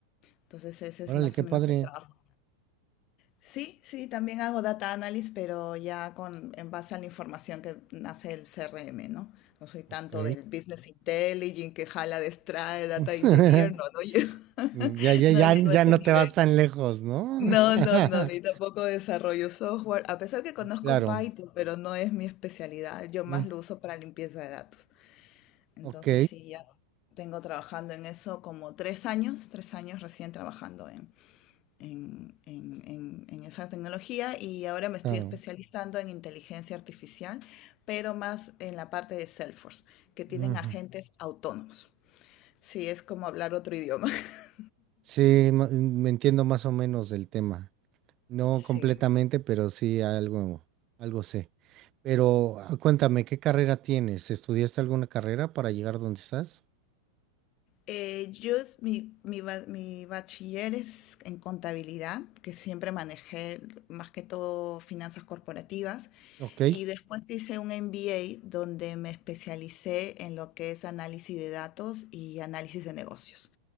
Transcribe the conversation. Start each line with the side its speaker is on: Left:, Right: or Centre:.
Left: Entonces ese es
Right: Órale,
Left: más
Right: qué
Left: o menos
Right: padre.
Left: el trabajo. Sí, sí, también hago data analysis, pero ya con, en base a la información que nace el CRM, ¿no? No soy tanto
Right: Ok.
Left: del business intelligence que jala, destrae, data
Right: <laughs>
Left: engineer, no, no, llego- <laughs>
Right: Ya, ya,
Left: no
Right: ya,
Left: llego
Right: ya
Left: a ese
Right: no
Left: nivel.
Right: te vas tan lejos, ¿no?
Left: No,
Right: <laughs>
Left: no, no, ni tampoco desarrollo software, a pesar que conozco
Right: Claro.
Left: Python, pero no es mi especialidad, yo
Right: mm,
Left: más lo uso para limpieza de datos. Entonces
Right: Ok,
Left: sí, ya tengo trabajando en eso como tres años, tres años recién trabajando en, en- en- en esa tecnología y ahora me estoy
Right: claro.
Left: especializando en inteligencia artificial, pero más en la parte de Salesforce, que tienen
Right: Ujú.
Left: agentes autónomos. Sí, es como hablar otro idioma. <laughs>
Right: Sí, ma- me entiendo más o menos del tema. No
Left: Sí.
Right: completamente, pero sí algo, algo sé. Pero ah, cuéntame, ¿qué carrera tienes? ¿Estudiaste alguna carrera para llegar donde estás?
Left: Eh, yo, es- mi, mi, ba- mi bachiller es en contabilidad, que siempre manejé más que todo finanzas corporativas,
Right: Ok.
Left: y después hice un MBA donde me especialicé en lo que es análisis de datos y análisis de negocios.